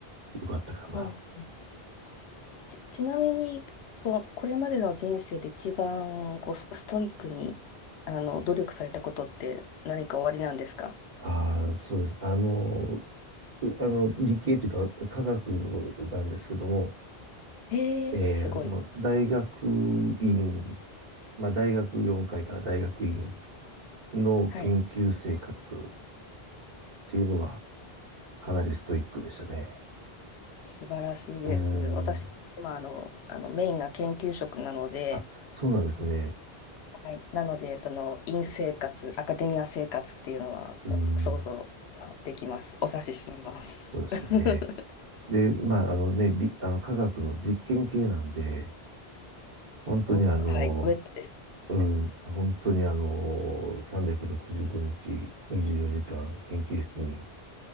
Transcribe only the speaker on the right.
よかったかなと。
ああ、そうです。あの、うあの理系というか科学なんですけども、
えーあの大学院、まあ、大学4回かいから大学院の研究生活っ
ていうのはかなりストイックでしたね。
うー
ん。
あ、そうなんですね。
うーん。
そうですよね。
で、まあ、あのね、り、あの、科学の実験系なんで、本当にあの、
うん、本当にあの、365日、24時間、研究室に、